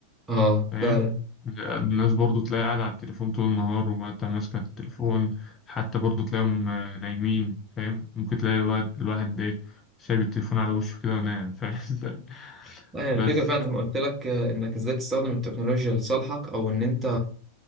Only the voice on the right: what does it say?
اه
فعلا
لا، يعني
الفكرة فعلا زي ما قلت لك آه، انك ازاي تستخدم التكنولوجيا لصالحك او ان انت